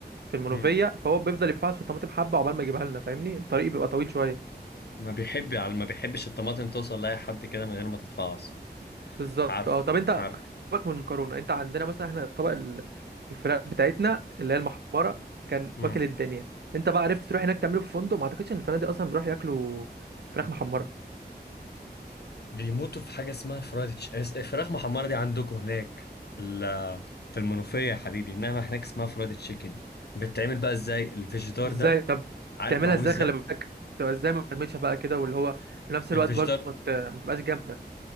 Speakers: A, on the right (about 70°); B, on the left (about 70°).
A: في المنوفيه
B: مم.
A: فهو بيفضل يفحص في الطماطم حبه عقبال ما يجيبها لنا فاهمني الطريق بيبقى طويل شويه
B: ما بيحب على ما بيحبش الطماطم توصل لأي حد كده من غير ما تتفعص
A: بالظبط
B: عارف
A: اه طب انت
B: عارف
A: سيبك من المكرونه انت عندنا مثلا احنا الطبق ال- الفراخ بتاعتنا اللي هي المحمره كان
B: مم.
A: واكل الدنيا انت بقى عرفت تروح هناك تعمله في فندق ما اعتقدش ان الفنادق اصلا بيروحوا ياكلوا فراخ محمره
B: بيموتوا في حاجة اسمها فرايد تش- اس- فراخ محمرة دي عندكم هناك في ال- في المنوفية يا حبيبي إنما هناك اسمها فرايد تشيكن بتتعمل بقى إزاي الفيجيتار
A: ازاي
B: ده
A: طب
B: عارف
A: بتعملها
B: معمول
A: ازاي
B: إزاي
A: خلي بالك تبقى ازاي مرمشه بقى كده واللي هو في نفس
B: الفيجيتار
A: الوقت برضه ما ت- ما تبقاش جامده